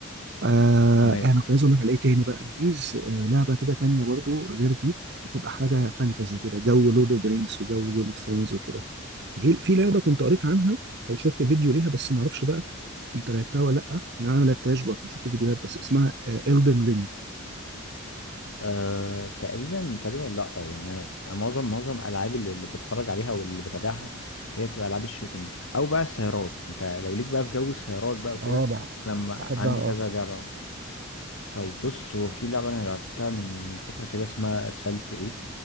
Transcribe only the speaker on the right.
آه
انا كنت عايز اقول لك على ايه تاني بقى انا عايز آه لعبه كده تانية برضو غير دي تبقى حاجه فانتزي كده جو لورد اوف ذا رينجز وجو جيم اوف ثرونز وكده في في لعبه كنت قريت عنها او شفت فيديو ليها بس ما اعرفش بقى انت لعبتها ولا لا لان انا ما لعبتهاش برضه شفت فيديوهات بس اسمها الدن رينج
اه بح-
بحبها
اه